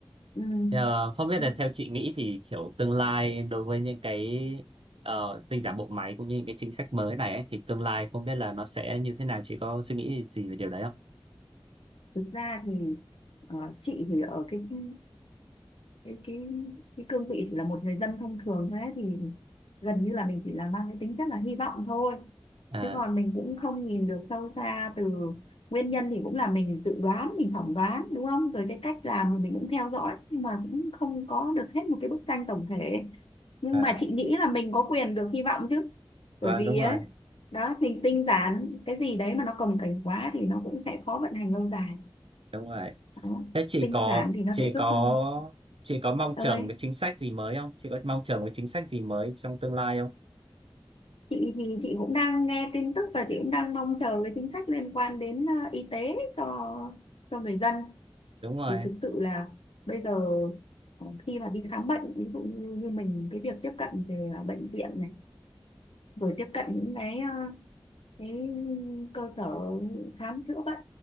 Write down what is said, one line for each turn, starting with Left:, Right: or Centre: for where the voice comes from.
Left: ừ.
Right: ờ, không biết
Left: Thì
Right: là theo chị nghĩ thì kiểu tương lai đối với những cái uh, tinh giản bộ máy cũng như những cái chính sách mới này ấy, thì tương lai không biết là nó sẽ như thế nào chị có suy nghĩ gì về điều đấy không
Left: thực ra thì ờ, chị thì ở cái cái cái cái, cái cương vị chỉ là một người dân thông thường thôi ấy, thì gần như là mình chỉ là mang cái tính rất là hy vọng thôi
Right: à
Left: chứ còn mình cũng không nhìn được sâu xa từ nguyên nhân thì cũng là mình tự đoán mình phỏng đoán đúng không rồi cái cách làm thì mình cũng theo dõi nhưng mà cũng không có được hết một cái bức tranh tổng thể nhưng
Right: à
Left: mà chị nghĩ là mình có quyền được hy vọng chứ
Right: vâng
Left: bởi vì
Right: đúng rồi
Left: ấy đó mình tinh giản cái gì đấy mà nó cồng kềnh quá thì nó cũng sẽ khó vận hành lâu dài
Right: đúng rồi
Left: đó
Right: Thế chị
Left: tinh
Right: có
Left: giản thì nó
Right: chị
Left: sẽ giúp
Right: có
Left: ừ,
Right: chị có mong
Left: ơi
Right: chờ một cái chính sách gì mới không? Chị có mong chờ một cái chính sách gì mới trong tương lai không?
Left: chị thì chị cũng đang nghe tin tức và chị cũng đang mong chờ cái chính sách liên quan đến ờ, y tế cho cho người dân
Right: đúng rồi
Left: thì thực sự là bây giờ ờ, khi mà đi khám bệnh ví dụ như, như mình cái việc tiếp cận về ờ, bệnh viện này rồi tiếp cận những cái ờ, cái cơ sở khám chữa bệnh